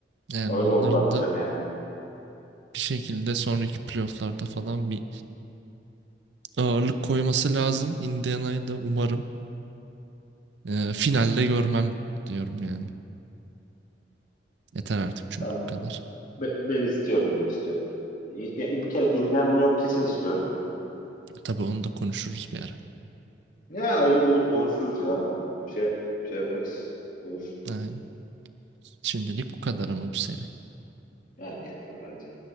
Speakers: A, on the right (about 80°); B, on the left (about 50°).
A: Yani
B: Öyle
A: onların
B: oldular bu
A: da
B: sene yani.
A: bir şekilde sonraki playoff'larda falan bir ağırlık koyması lazım. Indiana'yı da umarım e, finalde görmem diyorum yani. Yeter artık çünkü
B: Ben,
A: bu kadar.
B: be- ben istiyorum ben istiyorum. İ- ya bir kere Indiana New York kesin istiyorum.
A: Tabii onu da konuşuruz bir ara.
B: Ya olur olur konuşuruz ya. Şey yap- şey yaparız. Olur.
A: Yani şimdilik bu kadar ama bu seri.
B: Yani yeter bence.